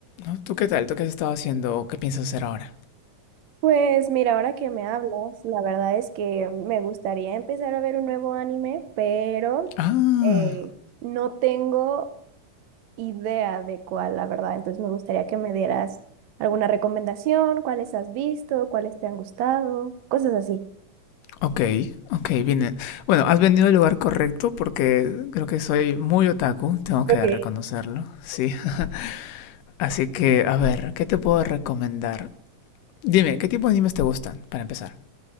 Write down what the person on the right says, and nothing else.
Pues mira, ahora que me hablas, la verdad es que me gustaría empezar a ver un nuevo anime, pero
eh, no tengo idea de cuál, la verdad. Entonces me gustaría que me dieras alguna recomendación, cuáles has visto, cuáles te han gustado, cosas así.
Ok.